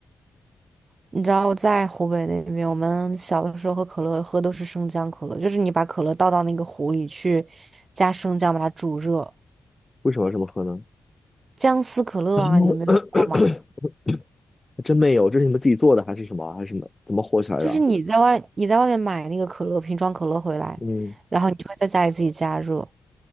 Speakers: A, on the right; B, on the left.
A: 你知道我在湖北那边，我们小的时候喝可乐喝都是生姜可乐，就是你把可乐倒到那个壶里去，加生姜把它煮热，
B: 为什么要这么喝呢？
A: 姜丝可乐啊，
B: <clears throat>
A: 你们没有喝过吗？
B: 还真没有，这是你们自己做的还是什么？还是什么？怎么火起来的啊？
A: 就是你在外你在外面买那个可乐瓶装可乐回来，
B: 嗯，
A: 然后你就会在家里自己加热，